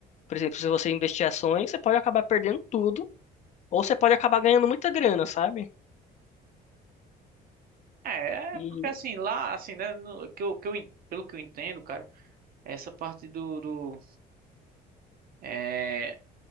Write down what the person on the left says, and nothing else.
por exemplo, se você investir ações, você pode acabar perdendo tudo, ou você pode acabar ganhando muita grana, sabe?
E,